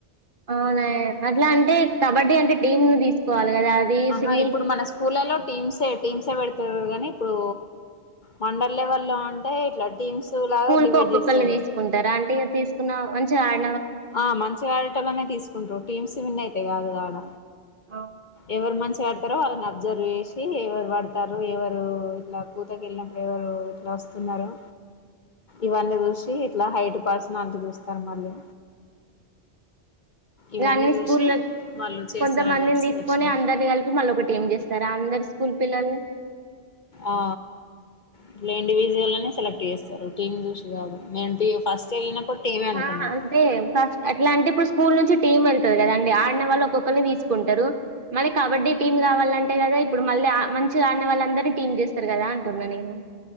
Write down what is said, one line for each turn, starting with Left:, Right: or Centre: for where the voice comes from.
Right: అవునా అట్లా అంటే కబడ్డీ అంటే టీమ్ ను తీసుకోవాలి కదా అది
Left: ఆహా
Right: సింగిల్
Left: ఇప్పుడు మన స్కూలలో టీమ్స్ ఏ టీమ్సే పెడుతురు కానీ ఇప్పుడు మండల్ లెవల్లో అంటే ఇట్లా టీమ్స్ లాగా
Right: స్కూల్
Left: డివైడ్
Right: కు ఒక్కొక్కరిని
Left: చేస్తారు
Right: తీసుకుంటారా అంటే ఇ తీసుకున్న మంచిగా ఆడే
Left: ఆ మంచిగాడటలోనే తీసుకుంట్రారు టీమ్స్ విన్ అయితే కాదు ఆడ
Right: ఆ
Left: ఎవరు మంచిగా ఆడతారో వాళ్ళని అబ్జర్వ్ చేసి ఎవరు వాడతారు ఎవరు ఇలా కూతకి వెళ్ళినప్పుడు ఎవరు ఇట్లా వస్తున్నారు ఇవన్నీ చూసి ఇట్లా హైట్ పర్సనల్ చూస్తారు మళ్ళీ
Right: ఇగ
Left: ఇవన్నీ
Right: అన్ని
Left: చూసి
Right: స్కూలులా
Left: వాళ్ళు చేస్తారు
Right: కొంతమందిని
Left: అన్నట్టు
Right: తీసుకొని
Left: సెలెక్షన్
Right: అందరిని కలిపి మళ్ళీ ఒక టీమ్ చేస్తారా అందరు స్కూల్ పిల్లని
Left: ఆ ఇట్లా ఇండివిడ్యుయాల్ సెలెక్ట్ చేస్తారు టీమ్ చూసి కాదు మేము ఫస్ట్ వెళ్ళినప్పుడు టీమే అనుకున్నాం
Right: ఆ అంతే ఫస్ట్ అట్లా అంటే ఇప్పుడు స్కూల్ నుంచి టీమ్ వెళ్తుంది కదా అండి ఆడిన వాళ్ళు ఒక్కొక్కరిని తీసుకుంటారు మళ్ కబడ్డీ టీమ్ కావాలంటే కదా ఇప్పుడు మళ్ళీ మంచిగా ఆడిన వాళ్ళందరినీ టీమ్ చేస్తారు కదా అంటున్నా నేను